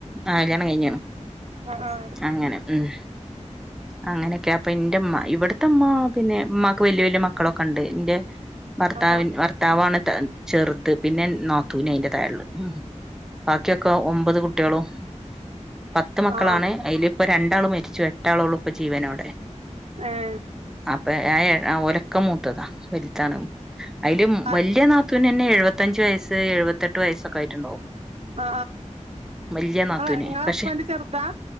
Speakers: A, in the centre; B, on the right.
A: ആ കല്യാണം കഴിഞണ്.
B: ആഹ് ആ.
A: അങ്ങനെ ഉം. അങ്ങനെക്കെ അപ്പൊ ഇന്റെമ്മ. ഇവിടത്തെമ്മ പിന്നെ മ്മാക്ക് വല്യ വല്യ മക്കളൊക്കള്ണ്ട്. ഇന്റെ ഭർത്താവിൻ
B: ആഹ്
A: ഭർത്താവാണ് <unintelligible> ചെറുത്. പിന്നെ നാത്തൂന് അയിന്റെ തായളള്. ബാക്കിയൊക്കെ ഒമ്പത് കു ട്ടികളും, പത്ത് മക്കളാണ്
B: ആഹ് ഏഹ് ആഹ്
A: അയിലിപ്പ രണ്ടാള് മരിച്ചു. എട്ടാളോള്ളു ഇപ്പൊ ജീവനോടെ.
B: ഏഹ്.
A: അപ്പൊ ഏ ഒലക്ക മൂത്തതാ വലുതാണ്. അയിലു
B: ആഹ്
A: വല്യ നാതു നന്നെ എഴുപത്തഞ്ച് വയസ് എഴുപത്തെട്ട് വയസ്സൊക്ക ആയിട്ടുണ്ടാവും.
B: ആ
A: വല്യ നാത്തൂന്
B: ആ ഇങ്ങള
A: പക്ഷെ
B: ഹസ്ബൻന്റ് ചെറുതാ.